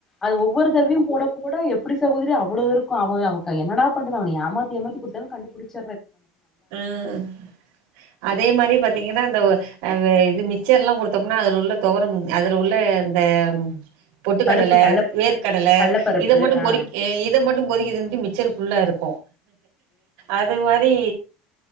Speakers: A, on the left; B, on the right.
A: அது ஒவ்வொரு தடவையும் போட கூட எப்படி சகோதரி அவ்வளோ இருக்கும் அவய என்னடா பண்து அவ ஏமாத்த ஏமாி குடுத்த கிடிச்ச
B: ஆஹ் அதே மாதிரி ப பாத்தீங்கன்னா இந்த இது மிச்சர் எல்லாம் கொடுத்தோம்னா அதுல உள்ள துவரம் அதுல உள்ள இந்த பொட்டுக்கடலை
A: பருப்பு கல்ல
B: வேர்க கடலை
A: கல்ல பருப்பு
B: இதை மட்டும்
A: ஆ
B: பொறிக்க இதை மட்டும் பொறிக்கதுட்டு மிச்சர் ஃபுல்லா இருக்கும் அது மாதிரி